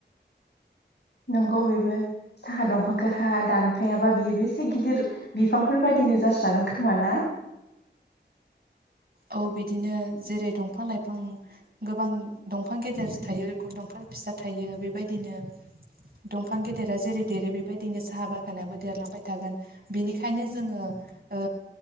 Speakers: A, on the left; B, on the right.
A: नंगौ बेबो साहा दंफांखौहा दानफायाबा बेयो बेसे गिदिर बिफांफोर बायदि नो जास्रागोन खोमा ना
B: औ बिदिनो जेरै दंफां लाइ- फां गोबां दंफां गेदेर थायो दंफां फिसा थायो बेबायदिनो दंफां गेदेरा जेरै देरो बेबायदिनो साहा बागानाबो देरलांबाय थागोन बेनिखायनो जोङो ओ